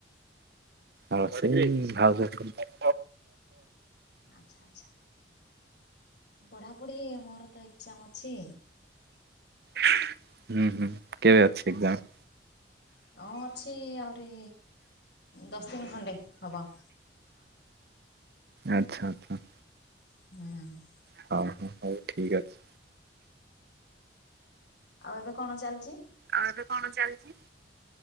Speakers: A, on the right (about 55°); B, on the left (about 60°).
A: ଆଉ ସେଇ ଭାଉଜ। <inaudible>
B: ଆଚ୍ଛା ଆଚ୍ଛା ପଢ଼ାପଢ଼ି ମୋର ତ ଏକ୍ଜାମ ଅଛି।
A: ହୁଁ ହୁଁ କେବେ ଅଛି ଏକ୍ଜାମ।
B: ହଁ ଅଛି ଆହୁରି ଦଶ ଦିନ ଖଣ୍ଡେ ହବ।
A: ଆଚ୍ଛା ଆଚ୍ଛା।
B: ହଁ।
A: ହଁ ହଁ ହଉ ଠିକ୍ ଅଛି।
B: ଆଉ ଏବେ କଣ ଚାଲିଛି?
A: ଆଉ ଏବେ କଣ ଚାଲିଛି?